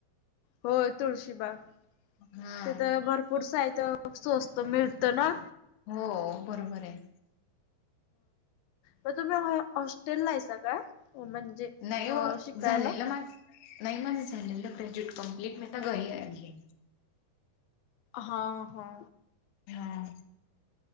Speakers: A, on the left; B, on the left.
A: होय तुळशीबाग
B: हा
A: तिथ भरपूर साहित्य स्वस्त मिळत ना.
B: हो बरोबर आहे.
A: प तुम्ही हॉ हॉस्टेलला आहेस काय म्हणजे
B: नाही हो,
A: अ शिकायला?
B: झालेलं माझ नाही माझं झालेलं ग्रॅज्युएट कंप्लीट मी आता घरी आहे आणखीन
A: हा हो
B: हा